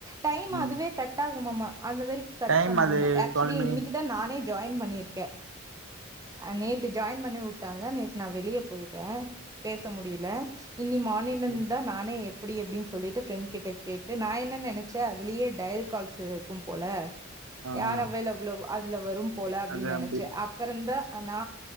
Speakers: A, on the right (about 15°); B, on the right (about 70°).
A: டைம்
B: ம்
A: அதுவே கட் ஆகுமமா அதுவரிக்கு கட்
B: டைம்
A: பண்ண
B: அது
A: வேணா ஆக்ச்சுலி
B: டுவெல் மினிட்
A: இன்னிக்கிதா நானே ஜாயின் பண்ணியிருக்கே ஆ நேத்து ஜாயின் பண்ணி உட் டாங்க நேத்து நா வெளிய போயிட்டே பேச முடியில இன்னி மானிலெந்தா
B: ம்
A: நானே இப்டி எப்டின் சொல்லிட்டு ஃப்ரெண்ட் கிட்ட கேட்டு நா என்ன நெனச்சே அதுலயே டயல் கால்ஸ் இருக்கும் போல
B: ஆ
A: யார்
B: ஆ
A: அவைலபுலோவ அதுல வரும் போல அப்டின்
B: அது
A: நெனச்சே
B: அப்டி
A: அப்புறந்தா அ நா